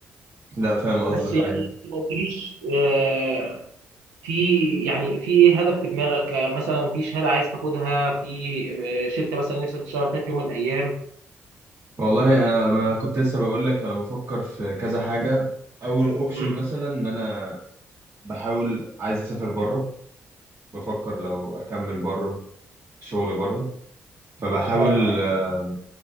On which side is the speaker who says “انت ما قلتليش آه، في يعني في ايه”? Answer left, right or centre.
Right